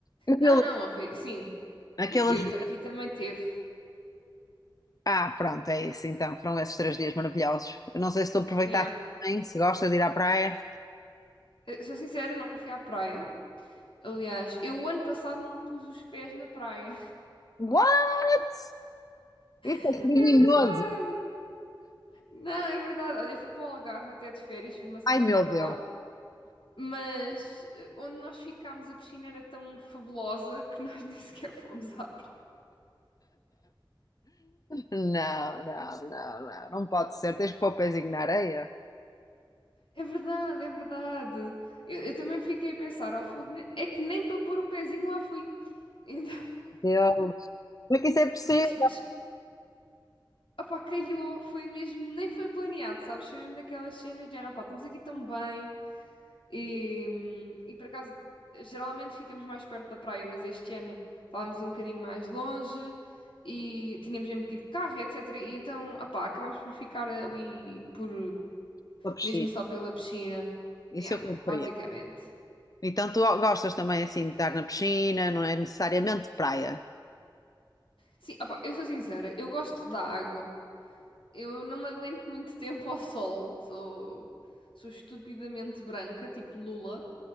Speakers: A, on the left; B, on the left.
A: Aquele-
B: Não, não, houve- sim.
A: Aqueles,
B: Eu, eu ta- aqui também teve.
A: ah, pronto, é isso então, foram esses três dias maravilhosos. Eu Não sei se tu aproveitaste
B: Yeah.
A: bem, se gostas de ir à praia.
B: Eu sou sincera, não fui à praia. Aliás, eu o ano passado não pus os pés na praia.
A: What? Isso
B: <laughs>
A: é criminoso!
B: É verdade. Não, é verdade. Olha, eu fui para o Algarve até de férias, fui uma semana
A: Ai meu
B: para
A: Deus!
B: lá. Mas eh, onde nós ficámos, a piscina era tão fabulosa que nós <laughs> nem sequer fomos à
A: Não, não, não, não, não pode ser, tens que pôr o pezinho na areia.
B: É verdade, é verdade. Eu, eu também fiquei a pensar, ao fogo, nem- é que nem para pôr o pezinho lá fui. Então, <laughs>
A: Deus, como é que isso é possível?
B: mas, mas, opá, calhou, foi mesmo, nem foi planeado, sabes? Foi mesmo daquelas cenas de, opá, estamos aqui tão bem e, hum, e por acaso, geralmente ficamos mais perto da praia, mas este ano estávamos um bocadinho mais longe e tínhamos mesmo que ir de carro, e etc. E então, opá, acabámos por ficar ali por,
A: Estou a piscina,
B: mesmo só pela piscina.
A: Isso
B: Yeah,
A: eu compreendo.
B: basicamente.
A: Então tu gostas também assim de estar na piscina, não é necessariamente praia.
B: Sim, opá, eu sou sincera, eu gosto da água. Eu não me aguento muito tempo ao sol. Sou, sou estupidamente branca, tipo Lula.